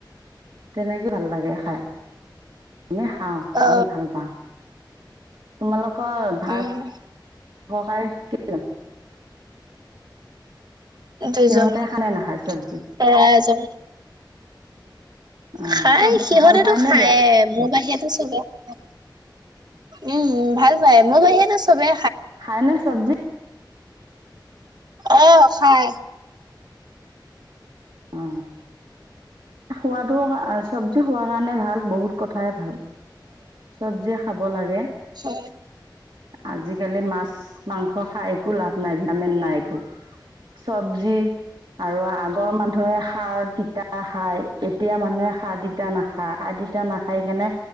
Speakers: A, on the right; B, on the right.
A: তেনেকে ভাল লাগে খাই। আমি খাওঁ
B: অ
A: আমি ভাল পাওঁ। তোমালোক হয় ভাল
B: উম
A: কায় কি <unintelligible> ম
B: দুজন
A: সিহঁতে খায় নে নাখায় চব্জি
B: প্ৰায় এজন
A: অ
B: খাই
A: চব্জি
B: সিহঁতেতো
A: ভাল পায় নে
B: খায়ে
A: বেয়া
B: মোৰ বাহিৰেতো চবে উম ভাল‌, পাই মোৰ বাহিৰেটো চবে
A: খায় নে চব্জি?
B: অ খাই।
A: অ খোৱটো চব্জি খোৱাৰ কাৰণে ভাল বহুত কথাই ভাল চব্জি খাব লাগে।
B: হয়।
A: আজি আজিকালি মাছ মাংস খাই একো লাভ নাই ভিটামিন নাই একো চব্জি আৰু আগৰ মানুহে সাৰ তিতা সাৰ এতিয়া মানুহে সাৰ, তিতা নাখায় -সাৰ, তিতা নাখাই কেনে